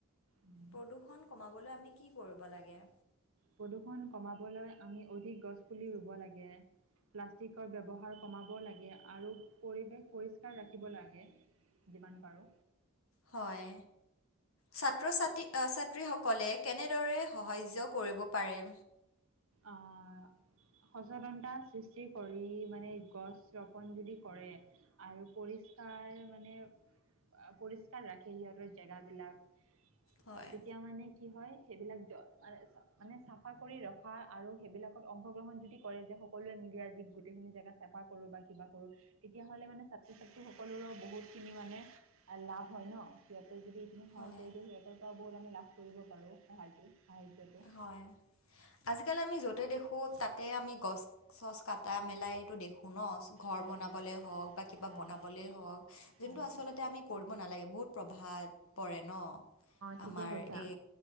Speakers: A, on the right (about 70°); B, on the left (about 70°).
A: উম।
B: প্ৰদূষণ কমাবলৈ আমি কি কৰিব লাগে?
A: প্ৰদূষণ কমাবলৈ আমি অধিক গছপুলি ৰুব লাগে। প্লাষ্টিকৰ ব্যৱহাৰ কমাব লাগে আৰু পৰিৱেশ পৰিষ্কাৰ ৰাখিব লাগে যিমান পাৰো।
B: হয়। ছাত্ৰ- ছাত্ৰী আঁ ছাত্ৰীসকলে কেনেদৰে সহাৰ্য কৰিব পাৰে?
A: অ'। সচেতনতা সৃষ্টি কৰি মানে গছ ৰোপন যদি কৰে আৰু পৰিষ্কাৰ মানে আ পৰিষ কাৰ ৰাখে সিহঁতৰ জেগাবিলাক
B: হয়,
A: তেতিয়া মানে কি হয় সেইবিলাক জ মানে চ মানে চাফা কৰি হয় আৰু সেইবিলাকত অংশগ্ৰহণ যদি কৰে যে স কলোৱে মিলি আজি গোটেইখিনি জেগা চাফা কৰো বা কিবা কৰো তেতিয়াহলে মানে ছাত্ৰ - ছাত্ৰীসকলৰো বহুতখিনি মানে আৰু লাভ হয় ন', সিহঁতে যদি এইখিনি সহায়
B: হয়,
A: কৰি দিয়ে সিহঁতৰ ত বহুত আমি লাভ কৰিব পাৰোঁ সহায়টো, সাহাৰ্য্যটো।
B: হয়, আজিকালি আমি য'তে দেখোঁ তাতে আমি গছ চচ কাটা মেলা এইটো দেখো ন, ঘৰ
A: অঁ
B: বনাবলে হওক বা কিবা
A: অঁ
B: বনাবলে হওক
A: অঁ
B: যোনটো আচলতে আমি কৰিব নালাগে, বহুত প্ৰভাৱ পৰে ন'।
A: ঠিকে
B: আমাৰ
A: কৈছা
B: এই